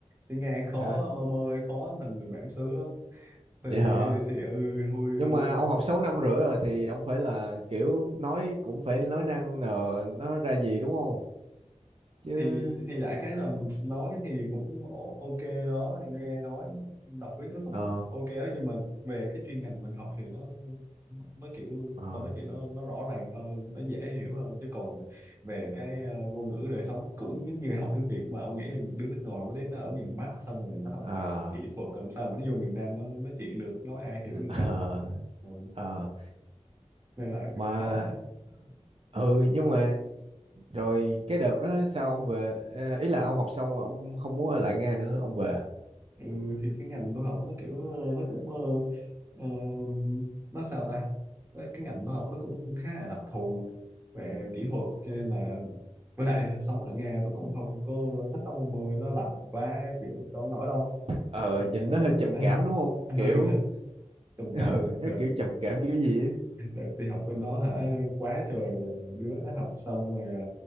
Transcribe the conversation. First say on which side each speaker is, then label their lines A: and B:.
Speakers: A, on the right; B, on the right.
A: tiếng Nga khó
B: hả?
A: lắm ông ơi khó thành người bản xứ lắm
B: Vậy
A: thì
B: hả?
A: thì ừ hôi ừ
B: Nhưng mà ông học 6 năm rưỡi rồi thì ông phải là kiểu nói cũng phải nói năng nờ nó ra gì đúng không? Chứ
A: thì thì đại khái là nói thì cũng o- ok đó nghe nói đọc viết nó cũng
B: ờ
A: ok đó nhưng mà về cái chuyên ngành mình học thì nó nó kiểu
B: ờ
A: tao nói chuyện nó nó rõ ràng hơn nó dễ hiểu hơn chứ còn về cái ờ, ngôn ngữ đời sống cũng giống như học tiếng Việt mà ông nghĩ là một đứa nước ngoài mới đến nó ở miền Bắc xong rồi nó học
B: ờ
A: về kỹ thuật làm sao mà nó vô miền Nam nó nói chuyện được nói ai hiểu được
B: ờ
A: đâu ừ.
B: ờ.
A: nên là
B: mà
A: khó
B: ừ nhưng mà rồi cái đợt đó sao ông về Ờ, ý là ông học xong rồi ông không muốn ở lại Nga nữa ông về
A: ừ, thì cái ngành tôi học nó kiểu ờ, nó cũng ờ, ờ, nó sao ta cái cái ngành tôi học nó cũng khá là đặc thù về kỹ thuật cho nên là với lại sống ở Nga tôi cũng không có thích tắm mùa mưa nó lạnh quá chịu đâu nổi đâu
B: ờ
A: Xong
B: nhìn
A: rồi-
B: nó hơi trầm
A: <laughs>
B: cảm đúng không
A: ừ
B: kiểu
A: nó trầm
B: <laughs>
A: cảm
B: ừ nó
A: đợt
B: kiểu trầm cảm kiểu gì á
A: đợt đi học bên đó hả quá trời đứa học xong rồi ờ,